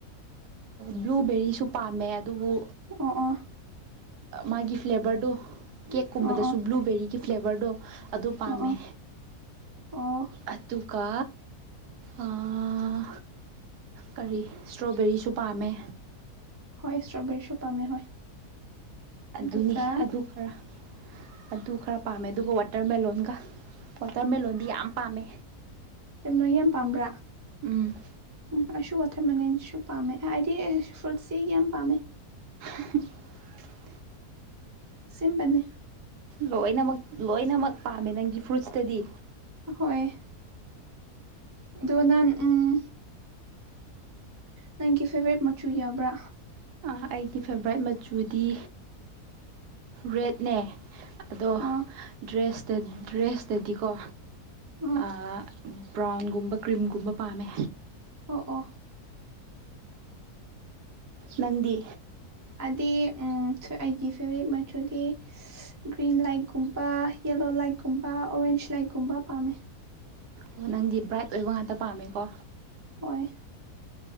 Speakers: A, on the right; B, on the right.
A: ꯕ꯭ꯂꯨꯕꯦꯔꯤꯁꯨ ꯄꯥꯝꯃꯦ ꯑꯗꯨꯕꯨ
B: ꯑꯣ ꯑꯣ
A: ꯃꯥꯒꯤ ꯐ꯭ꯂꯦꯕꯔꯗꯣ ꯀꯦꯛꯀꯨꯝꯕꯗꯁꯨ
B: ꯑꯣ
A: ꯕ꯭ꯂꯨꯕꯦꯔꯤꯒꯤ ꯐ꯭ꯂꯦꯕꯔꯗꯣ ꯑꯗꯨ ꯄꯥꯝꯃꯦ
B: ꯑꯣ ꯑꯣ ꯑꯣ ꯑꯣ
A: ꯑꯗꯨꯒ ꯑꯥ ꯀꯔꯤ ꯏꯁꯇ꯭ꯔꯣꯕꯦꯔꯤꯁꯨ ꯄꯥꯝꯃꯦ
B: ꯍꯣꯏ ꯏꯁꯇ꯭ꯔꯣꯕꯦꯔꯤꯁꯨ ꯄꯥꯝꯃꯦ ꯍꯣꯏ
A: ꯑꯗꯨꯅꯤ
B: ꯑꯗꯨꯒ
A: ꯑꯗꯨ ꯈꯔ ꯑꯗꯨ ꯈꯔ ꯄꯥꯝꯃꯦ ꯑꯗꯨꯒ ꯋꯥꯇꯔꯃꯦꯂꯣꯟꯒ ꯋꯥꯇꯔꯃꯦꯂꯣꯟꯗꯤ ꯌꯥꯝ ꯄꯥꯝꯃꯦ
B: <unintelligible> ꯅꯣꯏ ꯌꯥꯝ ꯄꯥꯝꯕ꯭ꯔꯥ
A: ꯎꯝ
B: ꯎꯝ ꯑꯩꯁꯨ ꯋꯥꯇꯔꯃꯦꯂꯟꯁꯨ ꯄꯥꯝꯃꯦ ꯑꯩꯗꯤ ꯐ꯭ꯔꯨꯠꯁꯦ ꯌꯥꯝ ꯄꯥꯝꯃꯦ
A: <unintelligible>
B: ꯑꯁꯦꯝꯕꯅꯦ
A: ꯂꯣꯏꯅꯃꯛ ꯂꯣꯏꯅꯃꯛ ꯄꯥꯝꯃꯦ ꯅꯪꯒꯤ ꯐ꯭ꯔꯨꯏꯠꯁꯇꯗꯤ
B: ꯍꯣꯏ ꯑꯗꯣ ꯅꯪ ꯎꯝ ꯅꯪꯒꯤ ꯐꯦꯕꯣꯔꯥꯏꯠ ꯃꯆꯨ ꯌꯥꯕ꯭ꯔꯥ
A: ꯑꯩꯒꯤ ꯐꯦꯕ꯭ꯔꯥꯏꯠ ꯃꯆꯨꯗꯤ ꯔꯦꯠꯅꯦ ꯑꯗꯣ
B: ꯑꯣ
A: ꯗ꯭ꯔꯦꯁꯇ ꯗ꯭ꯔꯦꯁꯇꯗꯤꯀꯣ
B: ꯑ
A: ꯑꯥ ꯕ꯭ꯔꯥꯎꯟꯒꯨꯝꯕ ꯀ꯭ꯔꯤꯝꯒꯨꯝꯕ ꯄꯥꯝꯃꯦ
B: ꯑꯣ ꯑꯣ
A: ꯅꯪꯗꯤ
B: ꯑꯗꯤ ꯎꯝ ꯑꯩꯒꯤ ꯐꯦꯕ꯭ꯔꯥꯠ ꯃꯆꯨꯗꯤ ꯒ꯭ꯔꯤꯟ ꯂꯥꯏꯛꯒꯨꯝꯄ ꯌꯦꯂꯣ ꯂꯥꯏꯛꯀꯨꯝꯕ ꯑꯣꯔꯦꯟꯖ ꯂꯥꯏꯠꯀꯨꯝꯕ ꯄꯥꯝꯃꯦ
A: ꯑꯣ ꯅꯪꯗꯤ ꯕ꯭ꯔꯥꯏꯠ ꯑꯣꯏꯕ ꯉꯥꯛꯇ ꯄꯥꯝꯃꯦꯀꯣ
B: ꯍꯣꯏ